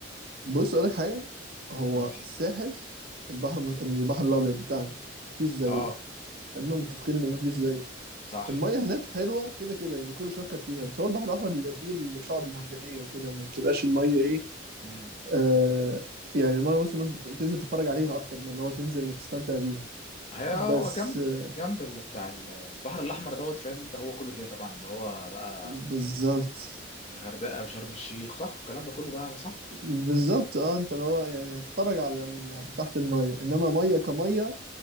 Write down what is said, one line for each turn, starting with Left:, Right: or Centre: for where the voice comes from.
Right: بص اقول لك حاجه هو
Left: قول لي
Right: الساحل البحر مت... البحر الابيض بتاعنا مفيش زيه
Left: اه
Right: خلينا متفقين ان مفيش زيه
Left: صح
Right: الميه هناك حلوه كده كده يعني كله شكر فيها بس هو البحر الاحمر بيبقى فيه الشعب المرجانيه وكده ما بتبقاش الميه ايه
Left: امم
Right: آه يعني الميه بص ما تنزل تتفرج عليها اكتر من اللي هو تنزل تستمتع بيها
Left: هي
Right: بس
Left: هو جنب
Right: آه،
Left: جنب اللي بتاع ال- البحر الاحمر دوت فاهم انت هو كله كده طبعا اللي هو بقى
Right: بالظبط
Left: غردقه وشرم الشيخ صح الكلام ده كله ده على صح
Right: بالظبط اه انت اللي هو يعني هتتفرج على ال- تحت الميه انما ميه كميه